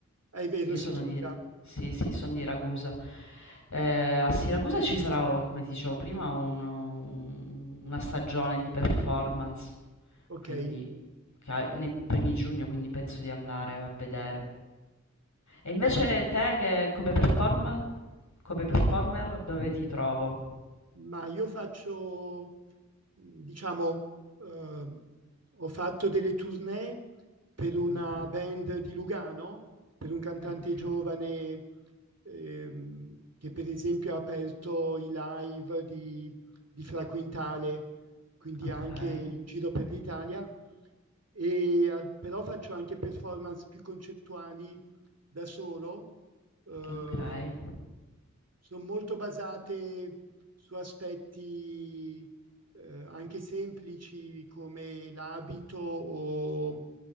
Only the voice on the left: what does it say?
Io
sono
di... Sì, sì, sono di Ragusa. Eh, a Siracusa ci sarà, oh, come ti dicevo prima, un- un- una stagione di performance,
quindi che ha- nei primi giugno, quindi penso di andare a vedere. E invece
te che come performan- come performer
dove ti trovo?
Ok,
ok.
Okay,
okay,